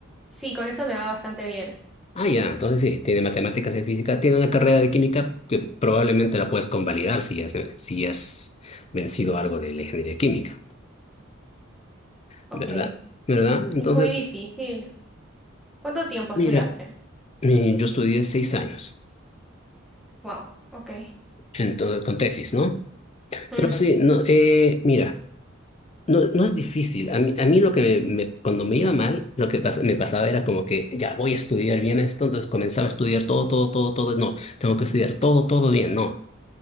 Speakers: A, in the centre; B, on the left.
A: Sí, con eso me va bastante bien.
B: Ah, ya, entonces sí, tiene matemáticas y física, tiene una carrera de química que probablemente la puedes convalidar si has, si has vencido algo de la ingeniería química,
A: Ok.
B: ¿verdad? ¿Verdad? Entonces,
A: Es muy difícil. ¿Cuánto tiempo estudiaste?
B: mira, mi- yo estudié seis años,
A: Wow, ok.
B: entonces con tesis, ¿no?
A: Mm,
B: Pero sí, no, eh, mira, no, no es difícil. A mí, a mí lo que me, me- cuando me iba mal, lo que pas- me pasaba era como que ya voy a estudiar bien esto, entonces comenzaba a estudiar todo, todo, todo, todo, no, tengo que estudiar todo, todo bien, no.